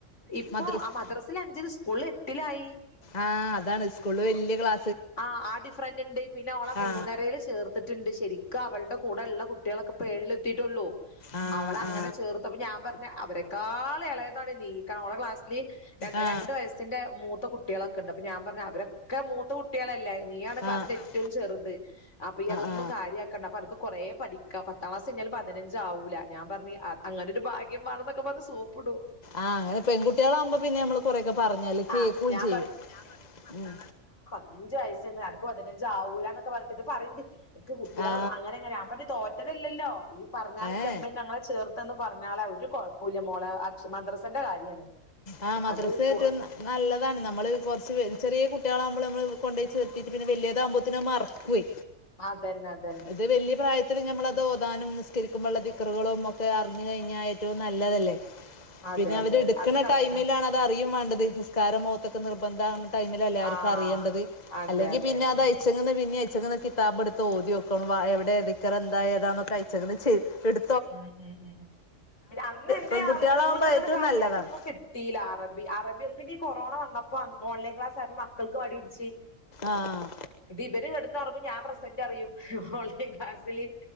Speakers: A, on the left; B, on the left.
A: ഇപ്പോ
B: മദ്രസ്
A: ആ മദ്രസില് അഞ്ചില് സ്കൂളാല് എട്ടിലായി.
B: ആഹ് അതാണ് സ്കൂള്ല വെല്ല്യ ക്ലാ
A: ആഹ് ആ ഡിഫ്രൻ്റ്ണ്ട് പിന്നെ ഓളെ മൂന്നരേല്
B: ആ
A: ചേർത്തിട്ട്ണ്ട് ശരിക്ക അവൾടെ കൂടെള്ള കുട്ട് കുട്ട്യേളൊക്കെപ്പ ഏഴിലെത്തിയിട്ടൊള്ളൂ.
B: ആ
A: അവള അങ്ങനെ
B: ആ
A: ചേർത്തപ്പം ഞാൻ പറഞ്ഞ് അവരെേക്കാള് എളേതാണ് നീ കാ ഓളെ ക്ലാസ്ല്. ര
B: ആ ആ
A: രണ്ട് വയസ്സിന്റെ മൂ ത്ത കുട്ട്യാളൊക്കെണ്ട് അപ്പൊ ഞാൻ പറഞ്ഞു അവരൊക്കെ മൂത്ത കുട്ട്യാളല്ലേ. നീയാണ് ക്ലാസ്സല്
B: ആ
A: എറ്റവും ചെറുത്. അപ്പംഇയ്യ് അതൊന്നും
B: ആ
A: കാര്യാക്കണ്ട അപ്പ അനക്ക് കുറെേ പഠിക്ക പത്താം ക്ലാസ് കഴിഞ്ഞാലും പതിനഞ്ചആവൂല ഞാൻ പറഞ്ഞ് അ അങ്ങനെ ഒരു ഭാഗ്യം മാണന്നൊക്കെ പറഞ്ഞ് സോപ്പ്ടും.
B: ആഹ് അങ്ങനെ പെൺകുട്ടികളാവുമ്പോ പിന്നെ ഞമ്മള് കൊറേക്കെ പറഞ്ഞാല് കേകും
A: ആഹ് ഞാൻ
B: ചെയ്യും ഉം.
A: അഞ്ച് വയസിന്ന് അണക്കു പതിനഞ്ചാവൂലന്നൊക്കെ പറഞ്ഞിട്ട്ണ്ട് പറയണ്ടി ഇക്ക് കുട്ട്യേളൊന്നും
B: ആ
A: അങ്ങനെ ഇങ്ങനെ ഞാൻ പറഞ് തോറ്റതല്ലല്ലോ ഈ പറഞ്ഞാള് ഇന്റെമ്മന്നേ
B: ഏ
A: ഞങ്ങളെ ചേർത്തന്ന് പറഞ്ഞാള ഒരു കൊഴപ്പുയില്ല മോളെ. ക്ഷ മദ്രസന്റെ കാര്യാണ്
B: ആ മദ്രസ
A: അത് ഖുർ
B: ഏറ്റവും ന- നല്ലതാണ് നമ്മള് കുറച്ച് വെൽ ചെറ്യേ കുട്ട്യേളാകുമ്പള് നമ്മള് കൊണ്ടയ് ചേർത്തീട്ട് പിന്നെ വെല്ല്യതാവുമ്പോത്തിനു അത് മറക്കുവേ.
A: അതന്നെ അ
B: അത് വെല്ല്യ പ്രായത്തില് ഞമ്മള തോതാനും നിസ്കരിക്കുമ്പള്ള ദിക്കറ്കളും ഒക്കെ അറിഞ്ഞ് കഴിഞ്ഞാൽ ഏറ്റവും നല്ലതല്ലേ.
A: അതെ
B: പിന്നെ
A: അതെ
B: അവര്ട്ക്ണ
A: അത് കറക്റ്റാ
B: ടൈമിലാണ് അതറിയും മാണ്ടത് നിസ്കാരം ഒതൊക്കെ നിർബന്ധആണ ടൈമിലല്ലേ അവർക്ക്
A: ആഹ്
B: അറിയേണ്ടത്.
A: അതെ
B: അല്ലെങ്കി
A: അതെ
B: പിന്നെ അത്
A: ഉം
B: അയ്ച്ചങ്ങന്ന് പിന്നീം അയ്ച്ചങ്ങന്ന് കിത്താബ് ഇട്ത്ത് ഓത്യോ തും വായഎവ്ടെ ദിക്റ് എന്താ ഏതന്നൊക്കെ അഴിചങ്ങത് ഇട്
A: ഉം ഉം ഉം ഉം. പിന്നെ അന്ന് എന്തേ
B: പെൺകുട്ടികളാവുമ്പോൾ
A: ആവം സ്കൂൾന്നങ്ങട്
B: ഏറ്റവും
A: കാര്യായിട്ടൊന്നും
B: നല്ലതാണ്
A: കി ട്ടീല അറബി അറബി <unintelligible> ഈ കൊറോണ വന്നപ്പം ഓൺലൈൻ ക്ലാസായപ്പൊ മക്കൾക്ക് മടി പിടിച്ച്‌
B: ആഹ്
A: ഇത് ഇവര് കിടന്നൊറങ്ങും ഞാൻ പ്രസന്റ് പറയും ഓൺലൈൻ ക്ലാസ്സില്